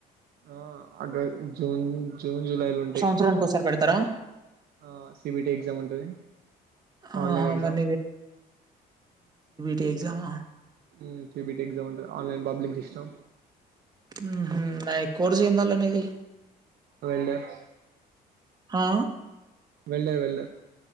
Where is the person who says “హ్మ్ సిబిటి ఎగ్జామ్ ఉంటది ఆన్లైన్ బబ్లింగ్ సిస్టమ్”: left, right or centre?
Right